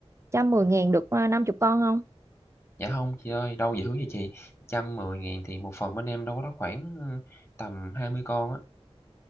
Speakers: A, on the right; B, on the left.
A: trăm mười ngàn được à, năm chục con không
B: Dạ không chị ơi, đâu dữ vậy chị, trăm mười 000 thì một phần bên em đâu có đó khoảng, ơ, tầm 20 con á.